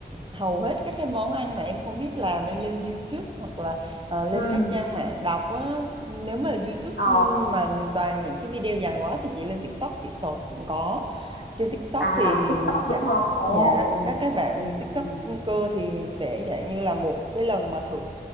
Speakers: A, on the right (about 30°); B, on the left (about 80°).
A: hầu hết các cái món ăn mà em không biết làm em lên YouTube hoặc là ờ, lên
B: Ừ.
A: các trang mạng đọc á nếu mà YouTube
B: Ờ,
A: ừ, mà toàn những cái video dài quá thì chị lên TikTok chị sọt cũng có trên TikTok
B: à
A: thì
B: TikTok
A: các
B: đúng không? Ồ,
A: nhà
B: ừ,
A: các cái bạn
B: ừ,
A: TikToker
B: ừ.
A: thì sẽ dạng như là một cái lần mà thử